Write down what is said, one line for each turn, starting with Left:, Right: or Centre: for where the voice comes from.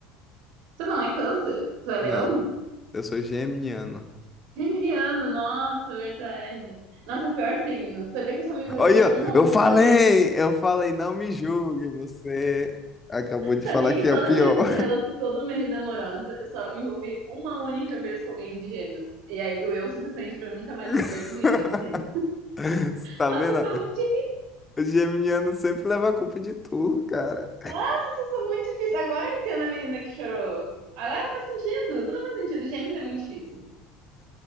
Right: Tu não é câncer? Tu é leão?
Left: Não, eu sou geminiano.
Right: Geminiano, nossa, verdade. Nossa, é pior signo. Sabia que eu só me envolvi
Left: Olha,
Right: uma
Left: eu
Right: única
Left: falei!
Right: vez com
Left: Eu falei, não me julgue, você acabou de
Right: Sabia
Left: falar
Right: que
Left: que é
Right: toda
Left: o pior.
Right: a minha vida, rela- toda a minha vida amorosa, eu só me envolvi uma única vez com alguém de gêmeos. E aí doeu o suficiente pra eu nunca mais
Left: <laughs>
Right: me envolver com ninguém de gêmeos.
Left: Você Tá
Right: Nossa,
Left: vendo?
Right: eu sou muito difícil.
Left: O geminiano sempre leva a culpa de tudo, cara.
Right: Nossa, eu sou muito difícil. Agora eu entendo a menina que chorou. Agora faz sentido. Tudo faz sentido. Gêmeos é muito difícil.